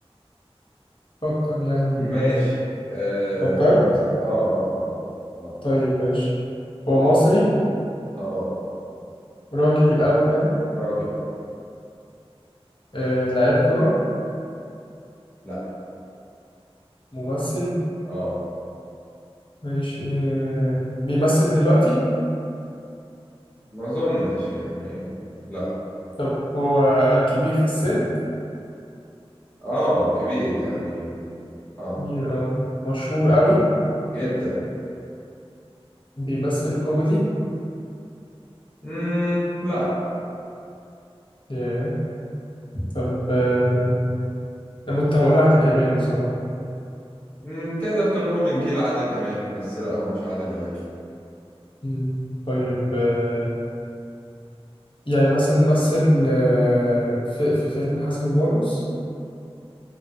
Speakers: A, on the left; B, on the left.
A: فكر يعني
B: ماشي اه
A: فكرت
B: اه اه اه
A: طيب ماشي هو مصري
B: اه آه.
A: راجل الأول يعني
B: راجل اه
A: آه لعيب كرة
B: لا
A: ممثل
B: اه
A: ماشي آه بيمثل دلوقتي
B: ما اظنش يعني لا
A: طب هو كبير في السن
B: اه كبير يعني اه
A: مير اه مشهور قوي
B: جدا
A: بيمثل كوميدي
B: مم لا
A: yeah. طب آه، انا كنت هقول عادل امام بصراحه
B: مم تقدر تقول ان هو من جيل عادل امام بس لا هو مش عادل امام
A: مم. طيب آه، يعني مثلا مثل آه، في, في فيلم حسن ومرقص